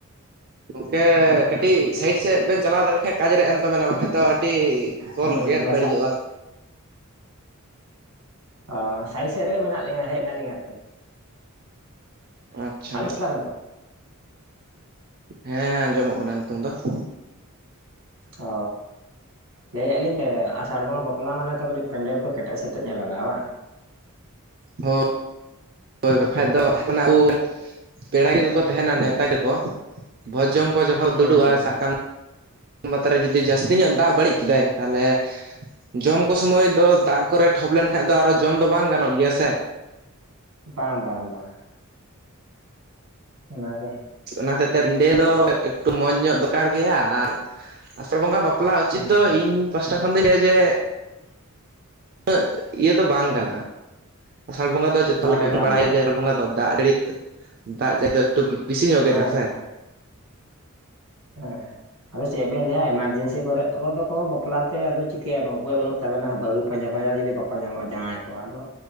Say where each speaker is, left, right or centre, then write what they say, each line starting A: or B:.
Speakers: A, on the right; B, on the right.
A: ᱜᱚᱝᱠᱮ ᱠᱟᱹᱴᱤᱡ ᱥᱟᱭᱤᱰ ᱥᱮᱫ ᱵᱮᱱ ᱪᱟᱞᱟᱣ ᱫᱟᱲᱮᱭᱟᱜ ᱠᱷᱟᱱᱡ ᱠᱟᱡ ᱨᱮ ᱮᱢ ᱛᱵᱮᱱᱟ ᱵᱟᱠᱷᱟᱡ ᱫᱚ ᱟᱹᱰᱤ ᱠᱚᱞ
B: ᱦᱩᱸ
A: ᱜᱮᱫ
B: ᱵᱟᱪᱷᱟ
A: ᱵᱟᱹᱲᱤᱡᱚᱜᱼᱟ ᱾
B: ᱚᱻ ᱥᱟᱭ ᱥᱮᱫ ᱨᱮᱜᱮ ᱢᱮᱱᱟᱜ ᱞᱤᱧᱟᱹ ᱦᱮᱡ ᱱᱟᱞᱤᱧᱟ ᱟᱨᱠᱤ ᱾
A: ᱟᱪᱪᱷᱟ
B: ᱟᱸᱡᱚᱢ ᱫᱟᱵᱮᱱ ᱛᱚ
A: ᱦᱮᱸ ᱟᱸᱡᱚᱢᱚᱜ ᱠᱟᱱᱟ ᱱᱤᱛᱚᱝ ᱫᱚ ᱾
B: ᱚᱻ ᱞᱟᱹᱭ ᱮᱜᱟ ᱞᱤᱧ ᱟᱥᱟᱲ ᱵᱚᱸᱜᱟ ᱵᱟᱯᱞᱟ ᱢᱟᱱᱮ ᱛᱚ ᱠᱟᱹᱴᱤᱡ ᱯᱮᱱᱰᱮᱞ ᱠᱚ ᱠᱮᱴᱮᱡ ᱥᱮᱴᱮᱡ ᱧᱚᱜ ᱞᱟᱜᱟᱼᱟ ᱵᱟᱝ?
A: ᱦᱚ ᱦᱳᱭ ᱵᱟᱠᱷᱟᱡ ᱫᱚ ᱟᱵᱚ ᱯᱮᱲᱟ ᱜᱮᱠᱚ ᱠᱚ ᱛᱟᱦᱮᱱᱟ ᱱᱮᱛᱟ ᱜᱮᱠᱚ ᱾ ᱵᱷᱚᱡᱽ ᱡᱚᱢ ᱠᱚ ᱡᱚᱠᱷᱚᱱ
B: ᱦᱩᱸ
A: ᱫᱩᱲᱩᱵ
B: ᱦᱩᱸ
A: ᱟᱭ ᱥᱟᱵ ᱠᱟᱜ ᱢᱮᱛᱟᱨ ᱨᱮ ᱡᱩᱫᱤ ᱡᱟᱹᱥᱛᱤ ᱧᱚᱜ ᱫᱟᱜ ᱵᱟᱹᱲᱤᱡ ᱠᱮᱫᱟᱭ
B: ᱦᱮᱸ
A: ᱛᱟᱦᱚᱞᱮ ᱡᱚᱢ ᱠᱚ ᱥᱚᱢᱚᱭ ᱫᱚ ᱫᱟᱜ ᱠᱚᱨᱮ ᱴᱷᱚᱯ ᱞᱮᱱᱠᱷᱟᱱ ᱫᱚ ᱟᱨᱚ ᱡᱚᱢ ᱫᱚ ᱵᱟᱝ ᱜᱟᱱᱚᱜ ᱜᱮᱭᱟ ᱥᱮ ᱾
B: ᱵᱟᱝ ᱵᱟᱝ ᱵᱟᱝ ᱾ ᱚᱱᱟᱜᱮ ᱾
A: ᱚᱱᱟ ᱦᱚᱛᱮᱡ ᱛᱮ ᱱᱸᱰᱮ ᱫᱚ ᱮᱠᱴᱩ ᱢᱚᱸᱡᱽ ᱧᱚᱜ ᱫᱚᱨᱠᱟᱨ ᱜᱮᱭᱟ ᱟᱨ ᱟᱥᱟᱲ ᱵᱚᱸᱜᱟ ᱵᱟᱯ ᱵᱟᱯᱞᱟ ᱩᱪᱤᱛ
B: ᱦᱩᱸ
A: ᱫᱚ ᱤᱧ ᱯᱟᱥᱴᱟ ᱠᱷᱚᱱ ᱫᱚᱧ ᱡᱮ ᱩᱱᱟᱹᱜ ᱤᱭᱟᱹ ᱫᱚ ᱵᱟᱝ ᱠᱟᱱᱟ ᱟᱥᱟᱲ ᱵᱚᱸᱜᱟ ᱫᱚ ᱡᱚᱛᱚ
B: ᱵᱟᱝ
A: ᱞᱮᱠᱟ ᱜᱮᱢ
B: ᱵᱟᱝ
A: ᱵᱟᱲᱟᱭᱟ
B: ᱵᱟᱝ
A: ᱡᱮ ᱵᱚᱸᱜᱟ ᱫᱚ ᱫᱟᱜ ᱡᱟᱹᱲᱤ ᱫᱟᱜ ᱡᱟᱹ ᱫᱚ ᱮᱠᱴᱩ ᱵᱤᱥᱤ ᱧᱚᱜ ᱜᱮ
B: ᱦᱮᱸ
A: ᱥᱮ
B: ᱦᱮᱸ
A: ᱾
B: ᱦᱮᱸ ᱾ ᱟᱫᱚ ᱪᱮᱫ ᱵᱮᱱ ᱞᱟᱹᱭᱟ ᱮᱢᱟᱨᱡᱮᱱᱥᱤ ᱠᱚᱨᱮ ᱠᱚᱫᱚ ᱠᱚ ᱵᱟᱯᱞᱟ ᱛᱮ ᱪᱤᱠᱟᱹᱭᱟ ᱩᱯᱟᱹᱭ ᱵᱟᱹᱱᱩᱜ ᱛᱟᱵᱮᱱᱟ ᱵᱟᱹᱦᱩ ᱯᱟᱸᱡᱟ ᱯᱟᱸᱡᱟ ᱡᱩᱫᱤ ᱵᱟᱠᱚ ᱧᱟᱢᱚᱜᱼᱟ ᱡᱟᱶᱟᱭ ᱠᱚ ᱟᱫᱚ